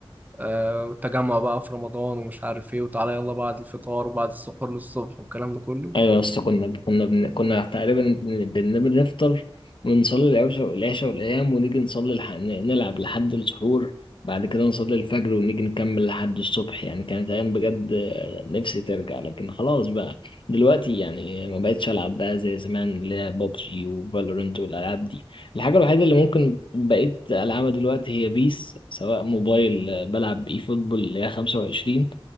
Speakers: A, on the right; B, on the left.
A: آه، والتجمع بقى في رمضان ومش عارف ايه وتعالى يلا بعد الفطار وبعد السحور للصبح والكلام ده كله
B: ايوه يا اسطى كنا كنا بن... كنا تقريبا بن... بن... بنفطر ونصلي العشاء العشاء والايام ونيجي نصلي الح... ن- نلعب لحد السحور بعد كده نصلي الفجر ونيجي نكمل لحد الصبح يعني كانت ايام بجد آه، نفسي ترجع لكن خلاص بقى دلوقتي يعني ما بقتش العب بقى زي زمان اللي هي بابجي وفالورنت والالعاب دي الحاجه الوحيده اللي ممكن بقيت العبها دلوقتي هي بيس سواء موبايل آه، بلعب اي فوتبول اللي هي 25